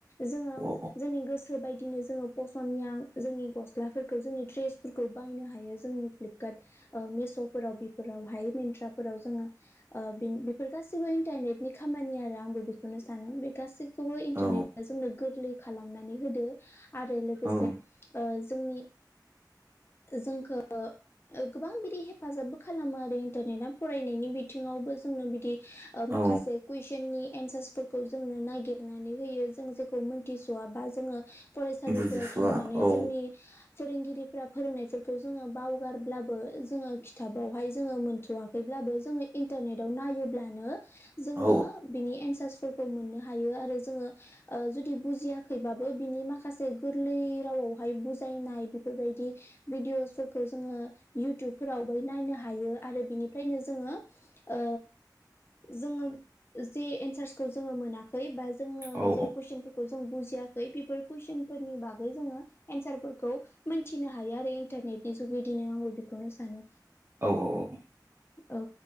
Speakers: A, on the left (about 30°); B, on the right (about 30°).
A: जोङो
B: औ
A: जोंनि गोसो गोसो बायदिनो जोङो फसनिया जोंनि गस्लाफोरखौ जोंनि ड्रेसफोरखौ बायनो हायो जोंनि फ्लिपकार्ट ओ मिश'फोराव बेफोराव हाय मिन्ट्राफोराव जोङो ओ बिनि बेफोर गासिबो इन्टारनेटनि खामानि आरो आंबो बेखौनो सानो बे गासैखौबो इन्टारनेटआ
B: औ
A: जोंनो गोरलै खालामनानै होदों आरो लोगोसे
B: औ
A: ओ जोंनि जोंखौ गोबां बिदि हेफाजाबबो खालामो आरो इन्टारनेटा फरायनायनि बिथिङावबो जोंनो बिदि ओ माखासे
B: औ
A: कुइसननि एन्सारसफोरखौ जोंनो नागिरनानै होयो जों जेखौ मोनथिस'वाबा जोङो फरायसालिफोराव
B: बुजिस'वा
A: थांनानै
B: औ
A: जोंनि फोरोंगिरिफोरा फोरोंनायफोरखौ जोङो बाव गारब्लाबो जोङो खिथाबावहाय जोङो मोनथ'वाखैब्लाबो जोङो इन्टारनेटआव नायोब्लानो जोङो
B: औ
A: बिनि एनसारस फोरखौ मोननो हायो आरो जोङो ओ जुदि बुजियाखैबाबो बिनि माखासे गोरलै राव आवहाय बुजायनाय बेफोरबायदि बिडिअसफोरखौ जोङो इउटुबफोरावबो नायनो हायो आरो बिनिफ्रायनो जोङो ओ जोङो जे एन्सार्सखौ जोङो मोनाखै बा जोङो
B: औ
A: जे कुइसनफोरखौ जों बुजियाखै बेफोर कुईसनफोरनि बागै जोङो एनसारफोरखौ मोनथिनो हायो आरो इन्टरनेटनि <unintelligible> आंबो बेखौनो सानो।
B: औ औ औ
A: औ